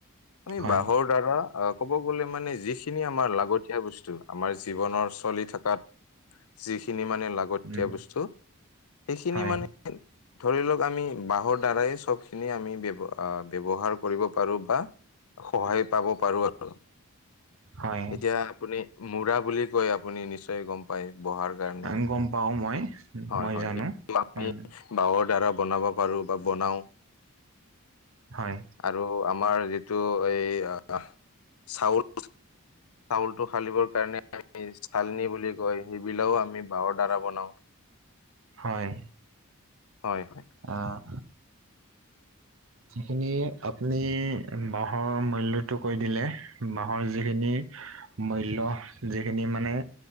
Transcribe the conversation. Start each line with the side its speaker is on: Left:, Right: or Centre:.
Left: আমি
Right: হয়
Left: বাঁহৰ দ্বাৰা অ' ক'ব গ'লে মানে যিখিনি আমাৰ লাগতিয়া বস্তু আমাৰ জীৱনৰ চলি থকাত, যিখিনি মানে লাগ
Right: উম,
Left: তিয়া বস্তু, সেইখিনি
Right: হয়,
Left: মনে ধৰি লওঁক আমি বাহৰ দ্বাৰাই চব খিনি আমি ব্যৱ ব্যৱহাৰ কৰিব পাৰো, বা সহায় পাব পাৰো আৰু।
Right: হয়।
Left: এতিয়া আপুনি মুৰাহ বুলি কৈ আপুনি নিশ্চয় গ'ম হয় বহাৰ কাৰণে,
Right: আ, গম পাও মই,
Left: হয়
Right: মই
Left: হয়
Right: জানো
Left: আমি
Right: উম,
Left: বাহৰ দ্বাৰা বনাব পাৰো বা বনাওঁ।
Right: হয়।
Left: আৰু আমাৰ যিটো এই আহ চাউল চাউলটো ফালিবৰ কাৰণে আমি চালনি বুলি কয় সেইবিলাকও আমি বাহৰ দ্বাৰা বনাও।
Right: হয়।
Left: হয় হয়।
Right: আহ। যিখিনি আপুনি বাহৰ মূল্যটো কৈ দিলে, বাহৰ যিখিনি মূল্য যিখিনি মানে,